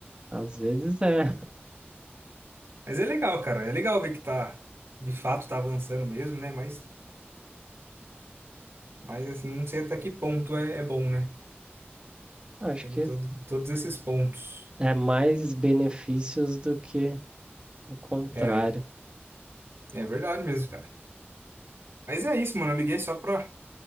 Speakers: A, on the right; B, on the right.
A: Às vezes é,
B: Mas é legal, cara. É legal ver que tá, de fato, tá avançando mesmo, né? Mas, mas assim, não sei até que ponto é, é bom, né?
A: <laughs> acho
B: Tem
A: que
B: todo, todos esses pontos.
A: é mais benefícios do que o contrário.
B: É, É verdade mesmo, cara. Mas é isso, mano. Eu liguei só pra,